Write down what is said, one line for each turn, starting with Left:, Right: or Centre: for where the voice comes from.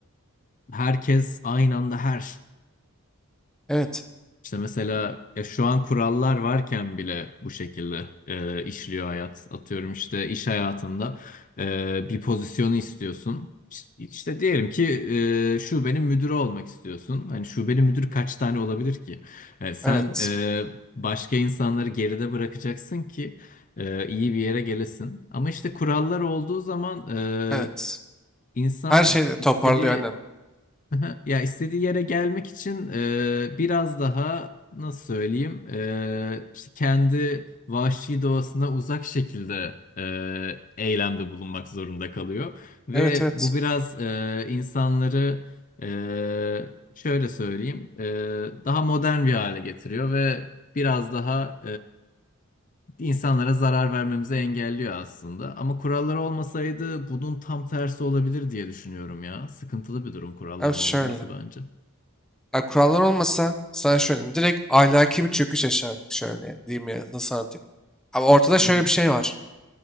Left: e, herkes aynı anda her
Centre: Evet.
Left: İşte mesela ya şu an kurallar varken bile bu şekilde e, işliyor hayat. Atıyorum işte iş hayatında e, bir pozisyonu istiyorsun. İşte, işte diyelim ki e, şubenin müdürü olmak istiyorsun. Hani şubenin müdürü kaç tane olabilir ki? E, sen
Centre: Evet.
Left: e, başka insanları geride bırakacaksın ki e, iyi bir yere gelesin. Ama işte kurallar olduğu zaman e,
Centre: Evet.
Left: insan
Centre: Her şeyi toparlıyor
Left: istediği
Centre: aynen.
Left: Aha, Ya istediği yere gelmek için e, biraz daha nasıl söyleyeyim e, işte kendi vahşi doğasına uzak şekilde e, eylemde bulunmak zorunda kalıyor ve
Centre: Evet evet.
Left: bu biraz e, insanları e, şöyle söyleyeyim e, daha modern bir hale getiriyor ve biraz daha insanlara zarar vermemizi engelliyor aslında. Ama kuralları olmasaydı bunun tam tersi olabilir diye düşünüyorum ya. Sıkıntılı bir durum kuralların
Centre: Abi şöyle.
Left: olmaması bence.
Centre: Abi kurallar olmasa sana şöyle. Direkt ahlaki bir çöküş yaşardık şöyle. ya, Diyeyim ya nasıl anlatayım. Abi ortada şöyle
Left: Hı hı.
Centre: bir şey var.